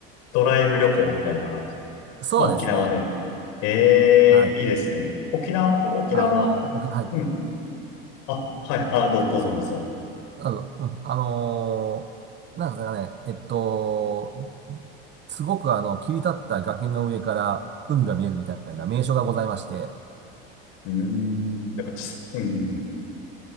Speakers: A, on the left; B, on the right.
A: ドライブ旅行みたいな。
B: <laughs> そうですね。
A: まあ、沖縄でみたいな。え
B: はい。
A: えーいいですね。沖縄、沖縄、
B: あの、おき、はい。
A: うん。あ、はい。あ、ど、どうぞどうぞ。
B: あの、うん、あのーなんですかね、えっと、すごくあの、切り立った崖の上から海が見えるみたいな名所がございまして、
A: うーん。だから、ちうん。